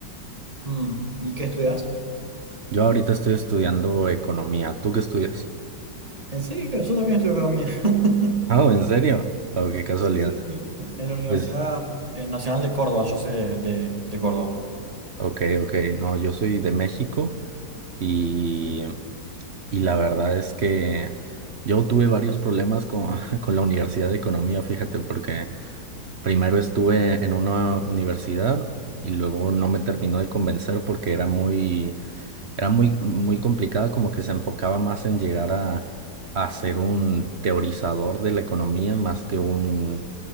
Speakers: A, on the right; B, on the right.
A: Mm, ¿Y qué estudias?
B: Yo ahorita estoy estudiando economía. ¿Tú qué estudias? <laughs>
A: ¿En serio? Yo también estudio economía. <laughs>
B: Ah, ¿en serio? Oh, qué casualidad.
A: Sí, sí, sí. En la Universidad
B: Pues,
A: eh, Nacional de Córdoba, yo soy de, de- de Córdoba.
B: ok, ok. No, yo soy de México y, y la verdad es que yo tuve varios problemas con, <laughs> con la Universidad de Economía, fíjate, porque... Primero estuve en una universidad y luego no me terminó de convencer porque era muy, era muy, muy complicada, como que se enfocaba más en llegar a, a ser un teorizador de la economía más que un